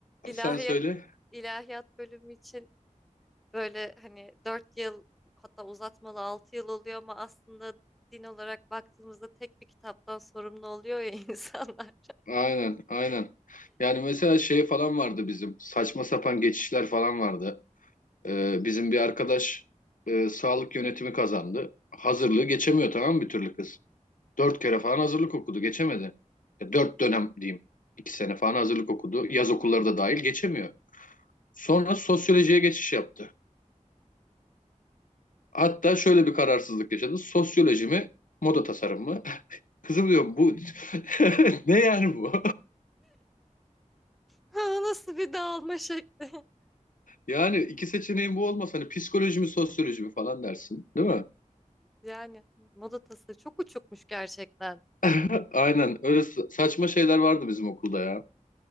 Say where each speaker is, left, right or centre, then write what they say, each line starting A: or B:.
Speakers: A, in the centre; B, on the left (about 90°).
A: ilahiyat
B: sen söyle.
A: ilahiyat bölümü için böyle hani 4 yıl hatta uzatmalı 6 yıl oluyor ama aslında din olarak baktığımızda tek bir kitaptan sorumlu oluyor ya <laughs> insanlar.
B: Aynen, aynen. Yani mesela şey falan vardı bizim. Saçma sapan geçişler falan vardı. Ee, bizim bir arkadaş e, sağlık yönetimi kazandı. Hazırlığı geçemiyor tamam mı bir türlü kız. Dört kere falan hazırlık okudu, geçemedi. Ya, dört dönem diyeyim. İki sene falan hazırlık okudu. Yaz okulları da dahil geçemiyor. Sonra sosyolojiye geçiş yaptı. Hatta şöyle bir kararsızlık yaşadı. Sosyoloji mi, moda tasarım mı? <laughs> Kızım diyor bu <laughs> ne yani bu?
A: Ha, nasıl bir dağılma şekli. <laughs>
B: Yani iki seçeneğin bu olmasa hani psikoloji mi sosyoloji mi falan dersin, değil mi?
A: Yani moda tasarı çok uçukmuş gerçekten.
B: <laughs> Aynen öyle sa- saçma şeyler vardı bizim okulda ya.